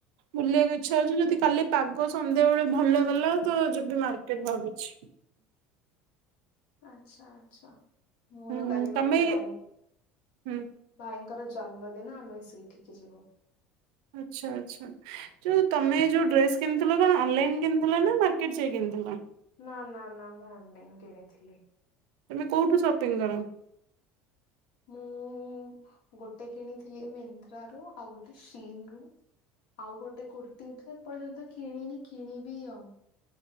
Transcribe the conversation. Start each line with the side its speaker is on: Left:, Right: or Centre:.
Right: ବୁଲିବାକୁ ଇଚ୍ଛା ହଉଛି ଯଦି କାଲି ପାଗ ସନ୍ଧ୍ୟାବେଳେ ଭଲ କଲା ତ ଯିବ ମାର୍କେଟ ଭାବୁଛି।
Left: ଆଚ୍ଛା ଆଚ୍ଛା ମୋର
Right: ହୁଁ
Left: କାଲି ଗୋଟେ
Right: ତମେ
Left: ଭାଇଙ୍କ
Right: ହୁଁ
Left: ଭାଇ ଙ୍କର ଜନ୍ମଦିନ ଆମେ ସେଇଠିକି ଯିବୁ‌।
Right: ଆଚ୍ଛା ଆଚ୍ଛା ଯେଉଁ ତମେ ଯେଉ ଡ୍ରେସ୍ କିଣିଥିଲ କଣ ଅନଲାଇନ୍ କିଣିଥିଲ ନା ମାର୍କେଟ ଯାଇ କିଣିଥିଲ।
Left: ନା ନା ନା ମୁଁ ଅନ୍ ଲାଇନ କିଣିଥିଲି।
Right: ତମେ କୋଉଠୁ ସପିଂ କର?
Left: ମୁଁ ଗୋଟେ କିଣିଥିଲି ମିଂତ୍ରା ରୁ ଆଉ ଗୋଟେ ସିନ୍ ରୁ ଆଉ ଗୋଟେ କୁର୍ତ୍ତିୀ ଏପର୍ଯ୍ୟନ୍ତ କିଣିନି। ଖିଣିବି ଆଉ।